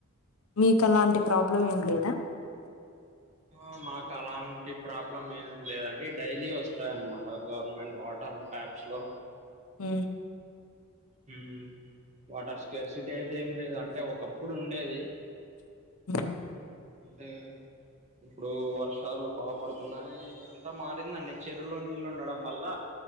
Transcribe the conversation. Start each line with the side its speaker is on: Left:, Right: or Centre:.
Left: మీకు అలాంటి ప్రాబ్లం ఏం లేదా
Right: ఆ మాకు అలాంటి ప్రాబ్లం ఏం లేదండి డైలీ వస్తాయ్ అనమాట గవర్నమెంట్ వాటర్ ట్యాప్స్లో
Left: ఉ
Right: ఉమ్ వాటర్స్ స్కేర్సిటీ అయితే ఏం లేదు అంటే ఒకప్పుడు ఉండేది
Left: హ్మ్.
Right: అంటే ఇప్పుడు వర్షాలు బా పడుతున్నాయి అంతా మారిందండి చెరువులో నీళ్ళు ఉండడం వల్ల